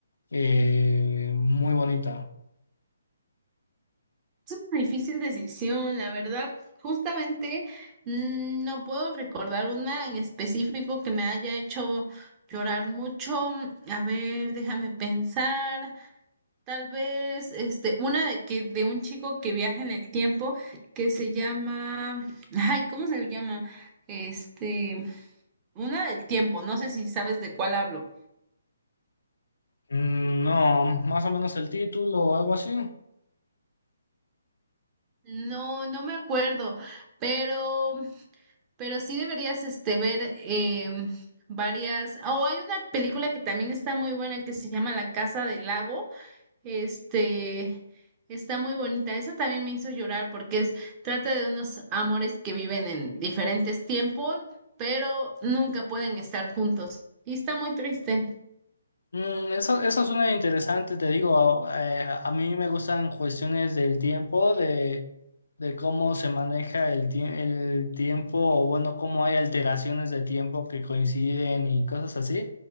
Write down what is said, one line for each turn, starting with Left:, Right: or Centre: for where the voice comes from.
Left: eh, muy bonita.
Right: Es una difícil decisión, la verdad. Justamente mm, no puedo recordar una en específico que me haya hecho llorar mucho. A ver, déjame pensar. Tal vez, este, una de que de un chico que viaja en el tiempo que se llama, ay, ¿cómo se llama? Este, una del tiempo. No sé si sabes de cuál hablo.
Left: Mm, No, más o menos el título o algo así.
Right: No, no me acuerdo, pero Pero sí deberías este, ver em, varias. o hay una película que también está muy buena que se llama La Casa del Lago. Este está muy bonita. Esa también me hizo llorar porque es, trata de unos amores que viven en diferentes tiempos, pero nunca pueden estar juntos. Y está muy triste.
Left: Mm, eso, eso suena interesante, te digo, a, eh, a mí me gustan cuestiones del tiempo, de, de cómo se maneja el, tie- el tiempo o bueno, cómo hay alteraciones de tiempo que coinciden y cosas así.